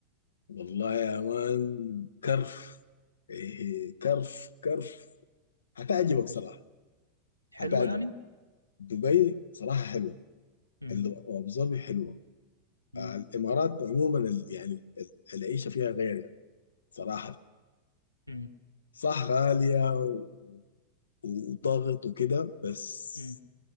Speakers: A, on the left; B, on the left.
A: والله يا مان كرف إيه كرف كرف هتعجبك صراحة
B: مش حلوه
A: هتعجبك
B: يعني
A: دبي صراحة حلوة
B: امم
A: ال- وأبو ظبي حلوة
B: امم
A: آه، الإمارات عموما ال- يعني ال- ال- العيشة فيها غير يعني صراحة
B: امم
A: صح غالية و- وضغط وكده بس
B: امم